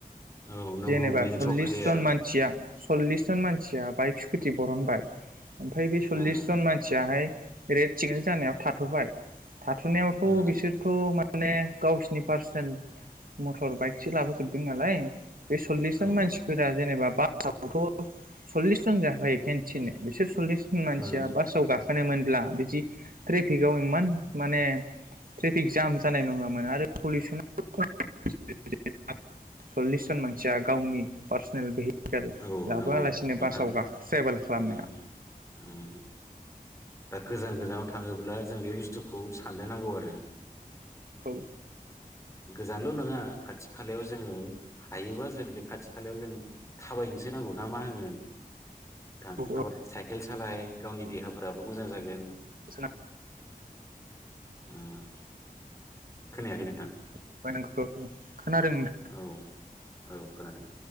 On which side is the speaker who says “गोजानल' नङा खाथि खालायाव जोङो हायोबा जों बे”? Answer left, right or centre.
Left